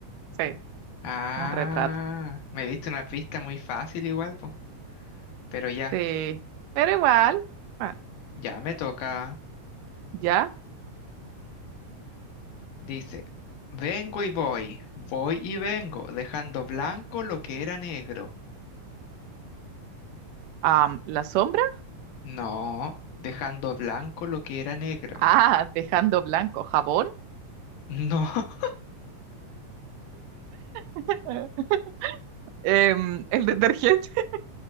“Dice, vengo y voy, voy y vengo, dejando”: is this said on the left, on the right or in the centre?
Left